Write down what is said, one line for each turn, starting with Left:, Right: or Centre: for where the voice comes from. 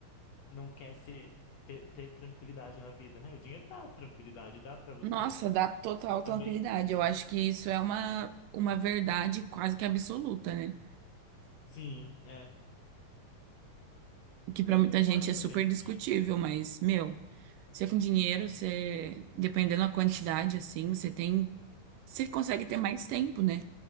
Left: não quer ser, ter, ter tranquilidade na vida, né? O dinheiro dá tranquilidade, dá pra você
Right: Nossa, dá total tranquilidade.
Left: saber.
Right: Eu acho que isso é uma, uma verdade quase que absoluta, né?
Left: Sim, é.
Right: Que pra
Left: Eu
Right: muita
Left: concordo
Right: gente é
Left: também
Right: super
Left: de.
Right: discutível, mas, meu, você com dinheiro, você, dependendo da quantidade, assim, você tem, você consegue ter mais tempo, né?